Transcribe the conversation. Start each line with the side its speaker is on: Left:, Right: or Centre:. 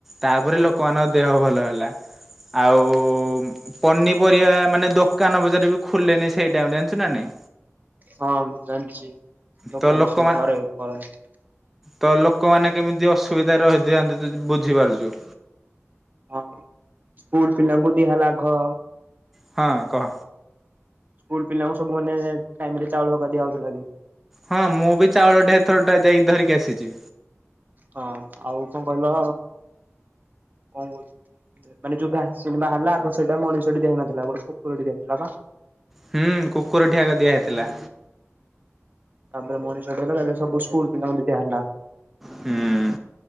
Centre: ତାପରେ ଲୋକମା ଙ୍କ ଦେହ ଭଲ ହେଲା। ଆଉ ପନିପରିବା ମାନେ ଦୋକାନ ବଜାର ବି ଖୋଲେନି ସେଇ ଟାଇମ ଜାଣିଚୁ ନା ନାଇ।
Right: ହଁ ଜାଣିଚି ଦୋକାନ
Centre: ତ ଲୋକମାନେ
Right: ସବୁ ଘରେ କରନ୍ତି।
Centre: ତ ଲୋକମାନେ କେମିତି ଅସୁବିଧାରେ ରହିଥାନ୍ତି ତୁ ବୁଝିପାରୁଚୁ।
Right: ହଁ ସ୍କୁୁଲ ପିଲାଙ୍କୁ ଦିଆହେଲା ଘ
Centre: ହଁ କହ।
Right: ସ୍କୁଲ ପିଲାଙ୍କୁ ସବୁ ମାନେ ଟାଇମ ରେ ଚାଉଳ ହକା ଦିଆ ହଉଥିଲା କି?
Centre: ହଁ ମୁଁ ବି ଚାଉଳ ଢେରଥରଟା ଯାଇ ଧରିକି ଆସିଚି।
Right: ହଁ ଆଉ କଣ କହିଲ? କଣ କହୁ ମାନେ ଯୋଉ ଭାକ୍ସିନ୍ ବାହାରିଲା ଆଗ ସେଇଟା ମଣିଷଟି ଦିଆ ହଉ ନଥିଲା ଗୋଟେ କୁକୁରଟି ଦିଆ ହଉଥିଲା ବା।
Centre: ହୁଁ କୁକୁର ଢିଆକି ଆଗ ଦିଆ ହେଇଥିଲା।
Right: ତାପରେ ମଣିଷ ତାପରେ ସବୁ ସ୍କୁଲ ପିଲାଙ୍କୁ ବି ଦିଆ ହେଲା।
Centre: ହୁଁ